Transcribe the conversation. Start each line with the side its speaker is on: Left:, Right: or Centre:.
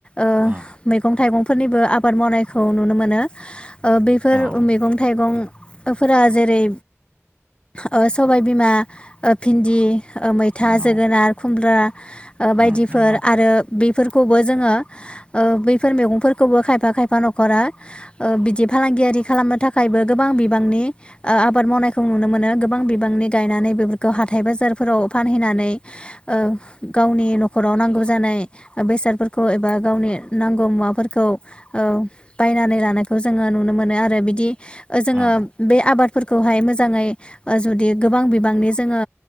Left: ओ
Right: औ
Left: मैगं थाइगंफोरनिबो आबाद मावनायखौ नुनो मोनो। ओ बेफोर
Right: औ
Left: मैगं थाइगं फोरा जेरै ओ सबायबिमा ओ भिन्दि ओ मैथा
Right: नंगौ
Left: जोगोनार खुमब्रा ओ बायदिफोर
Right: उम नंगौ
Left: आरो बेफोरखौबो जोङो ओ बैफोर मैगंफोरखौबो खायफा खायफा न'खरा ओ बिदि फालांगियारि खालामनो थाखायबो गोबां बिबांनि ओ आबाद मावनायखौ नुनो मोनो बिबांनि गायनानै बेफोरखौ हाथाय बाजारफोराव फानहैनानै ओ गावनि न'खराव नांगौ जानाय बेसादफोरखौ एबा गावनि नांगौ मुवाफोरखौ ओ बायनानै लानायखौ जोङो नुनो मोनो आरो बिदि ओ जोङो
Right: औ
Left: बे आबादफोरखौहाय मोजाङै आ जुदि गोबां बिबांनि जोङो